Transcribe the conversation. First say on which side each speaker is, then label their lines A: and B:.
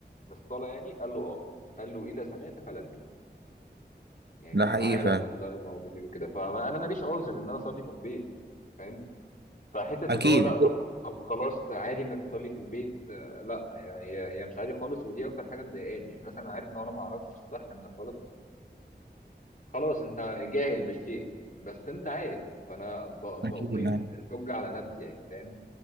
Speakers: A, on the left (about 50°); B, on the right (about 65°).
A: للصلاة يعني قال له آه قال له إذا سمعت فلبي يعني
B: ده حقيقي
A: تعالى
B: فعلا
A: في الضلمة وبالليل وكده فأنا ماليش عذر إن أنا أصلي في البيت فاهم فحته اللي
B: اكيد
A: هو لا طب طب خلاص عادي انك تصلي في البيت آه، لا هي هي هي مش عادي خالص ودي اكتر حاجه مضايقاني يعني مثلا عارف لو انا ما اعرفش الصح من الغلط خلاص انت جاهل بالشيء بس انت عارف فانا ب...
B: اكيد
A: بقيم
B: يعني
A: الحجه على نفسي يعني فاهم